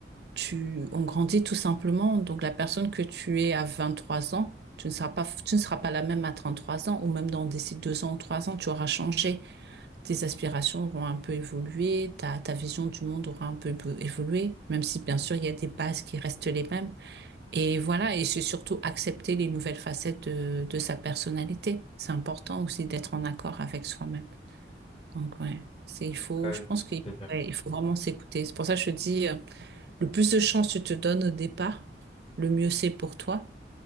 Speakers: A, on the right; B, on the left.
A: tu, on grandit tout simplement. Donc, la personne que tu es à 23 ans, tu ne seras pas, tu ne seras pas la même à 33 ans, ou même dans d'ici deux ans ou trois ans, tu auras changé. Tes aspirations auront un peu évolué, ta, ta vision du monde aura un peu peu évolué, même si, bien sûr, il y a des bases qui restent les mêmes. Et voilà, et c'est surtout accepter les nouvelles facettes de, de sa personnalité. C'est important aussi d'être en accord avec soi-même. Donc ouais, c'est il faut,
B: Ouais,
A: je
B: je
A: pense
B: vois ce que
A: qu'il
B: tu veux dire.
A: ouais, il faut vraiment s'écouter. C'est pour ça que je te dis, euh, le plus de chance tu te donnes au départ, le mieux c'est pour toi.